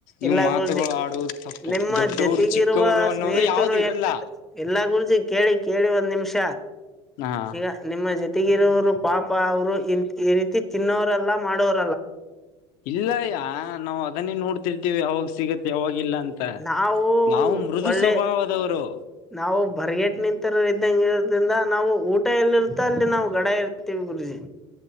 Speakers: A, in the centre; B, on the left (about 70°).
A: ಇಲ್ಲ
B: ಇವು ಮಾತುಗಳು
A: ಗೂಜೆ
B: ಆಡುವುದು ತಪ್ಪು
A: ನಿಮ್ಮ
B: ದೊಡ್ಡವರು
A: ಜೊತೆಗಿರುವ
B: ಚಿಕ್ಕವರು ಅನ್ನೋದು
A: ಸ್ನೇಹಿತರು
B: ಯಾವ್ದು ಇರಲ್ಲ
A: ಹೆಂಗ ಎಲ್ಲಾ ಗುರುಜಿ ಕೇಳಿ ಕೇಳಿ ಒಂದ್ ನಿಮಿಷ
B: ಹಾ
A: ಈಗ ನಿಮ್ಮ ಜೊತೆ ತೆಗಿರೋರು ಪಾಪ ಅವರು ಇ ಈ ರೀತಿ ತಿನ್ನವರೆಲ್ಲಾ ಮಾಡೋರು
B: ಇಲ್ಲಯ್ಯ ನಾವ್ ಅದನ್ನೇ ನೋಡ್ತಿರ್ತಿವಿ ಅವಾವಾಗ ಸಿಗತ್ ಯಾವಾಗಲ್ಲ ಅಂತ ಮ
A: ನಾವು
B: ನಾವು ಮೃದು
A: ಒಳ್ಳೆ
B: ಸ್ವಭಾವದವರು
A: ನಾವು ಬರ್ಗಟ್ ನಿಂತರ ಇದ್ದಂಗ ಇರೋದ್ರಿಂದ ನಾವು ಊಟ ಎಲ್ಲಿರುತ್ತೋ ಅಲ್ಲಿ ನಾವು ಗಡ ಇರ್ತೀವಿ ಗುರುಜಿ